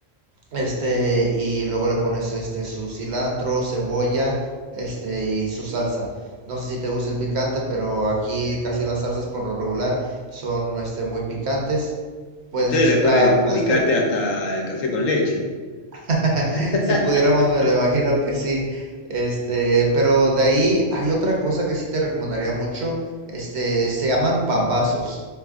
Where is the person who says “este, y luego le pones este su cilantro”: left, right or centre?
Right